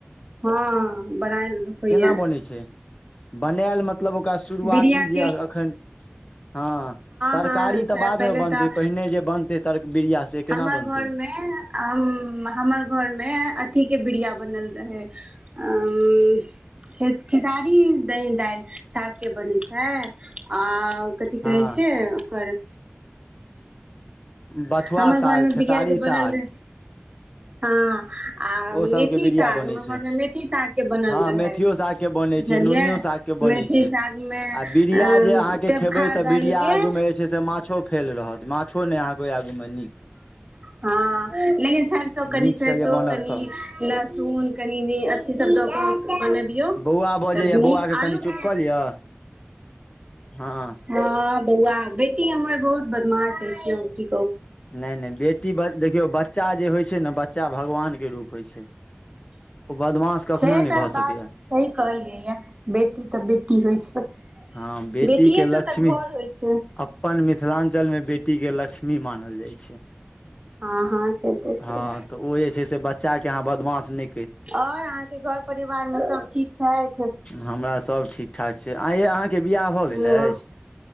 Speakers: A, on the right (about 25°); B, on the left (about 25°).
A: हँ। बनायल होइए
B: केना बनै छै बनायल मतलब ओकरा शुरुआती
A: बिरिया
B: जे
A: के
B: अ-अखन हँ तरकारी
A: हँ सएह
B: तऽ बादमे
A: पहिले
B: बनतै
A: तऽ
B: पहिने जे बनतै तर बिरिया से केना
A: हमर
B: बनतै
A: घरमे आहम्म हमर घरमे अथीके बिरिया बनल रहै। अम्म। खे खेसारी द दालि सागके बनै छै आ की
B: हँ
A: कहै छै ओकर
B: बथुआ
A: हमर
B: साग
A: घरमे
B: खेसारी
A: बिरिया जे बनल
B: साग।
A: रहै हँ। आ
B: ओ सभके
A: मेथी
B: बिरिया
A: साग
B: बनै
A: हमर
B: छै
A: घरमे मेथी सागके बनल
B: हँ
A: रहै
B: मेथियो सागके बनै
A: बुझलियै
B: छै नुनियो साग के बनैए
A: मेथी
B: छै आ
A: सागमे
B: बिरिया
A: देबखा
B: जे आहा के खेबय त
A: दालिके
B: बिरिया आगू में जे छै से माछो फेल रहत माछो नहि अबै आगूमे नीक
A: हँ लेकिन सरसो सब कनि
B: नीक
A: सेरसो
B: से जे बनत
A: कनि
B: तब
A: लहसुन कनि नी अथि सब दऽक बनबियौ।
B: बौआ बजैया
A: तब नीक
B: बौआ
A: आलू
B: कनि चुप
A: के
B: कऽ लिअ हँ।
A: ह बौआ बेटी हमर बहुत बदमाश अछि हम कि
B: नहि-नहि बेटी बड देखियौ बच्चा जे होइ छै न बच्चा भगवान के रूप होइ छै ओ बदमाश कखनो
A: से
B: नहि
A: तऽ
B: भऽ
A: बात
B: सकैया
A: सही कहलियैया बेटी तऽ बेटी होइ छै।
B: हँ बेटीके
A: बेटीए
B: लक्ष्मी
A: सँ तऽ घर होइ छै।
B: अपन मिथिलाञ्चलमे बेटीके लक्ष्मी मानल जाइ छै।
A: हँ हँ सेत छै।
B: हँ तऽ ओ जेछै से बच्चा के आहा बदमाश नै
A: आओर अहाँके घर परिवारमे सब ठीक छैथ।
B: हमरा सब ठीकठाक छै आइ ये अहाँके बिआह भऽ गेल
A: हँ
B: अछि?